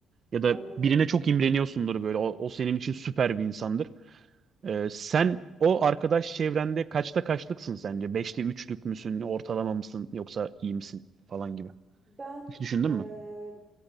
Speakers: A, on the right; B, on the right.
A: Ya da
B: anladım.
A: birine çok imreniyorsundur böyle. O, o senin için süper bir insandır. E, sen o arkadaş çevrende kaçta kaçlıksın sence? beşte üçlük müsün? Ortalama mısın? Yoksa iyi misin? Falan gibi.
B: Ben
A: Hiç düşündün
B: eee
A: mü?